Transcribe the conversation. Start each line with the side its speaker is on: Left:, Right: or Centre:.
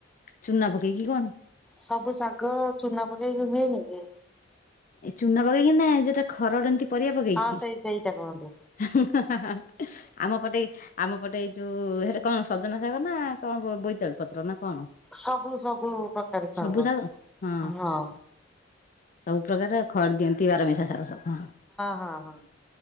Left: ଚୁନା ପକେଇକି କଣ?
Centre: ସବୁ ଶାଗ ଚୁନା ପକେଇକି ହୁଏନି କି?
Left: ଏ ଚୁନା ପକେଇକି ନା ଯୋଉଟା ଖରଡନ୍ତି ପରିବା ପକେଇକିରି
Centre: ହଁ ସେଇ ସେଇଟା କୁହନ୍ତି।
Left: ହୁଁ ହା ହା-ଆମ ପଟେ ଆମ ପଟେ ଯୋଉ ସେଟା କଣ ସଜନା ଶାଗ ନାଁ କଣ ବୋଇତାଳୁ ପତ୍ର ନା କଣ
Centre: ସବୁ ସବୁ ପ୍ରକାରରେ ଶାଗ
Left: ସବୁ ହଁ
Centre: ହଁଅ।
Left: ସବୁ ପ୍ରକାର ଖରଡ୍ ଦିଅନ୍ତି ବାର ମିଶା ସାଗ ସବୁ ହଁ।
Centre: ହଁ ହଁ।